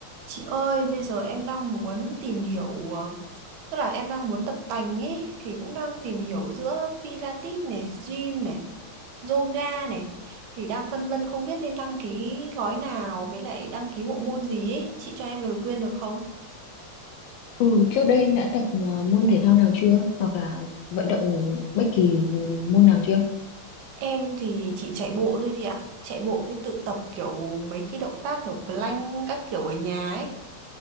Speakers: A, on the right; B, on the left.
A: Chị ơi, bây giờ em đang muốn tìm hiểu ờ, tức là em đang muốn tập tành ấy thì cũng đang tìm hiểu giữa Pilates này, gym này, yoga này thì đang phân vân không biết nên đăng ký gói nào với lại đăng ký bộ môn gì ấy, chị cho em lời khuyên được không?
B: Ừ, trước đây em đã tập ờ, môn thể thao nào chưa? Hoặc là vận động bất kỳ môn nào chưa?
A: Em thì chỉ chạy bộ thôi chị ạ. Chạy bộ với tự tập kiểu mấy cái động tác kiểu plank các kiểu ở nhà ấy.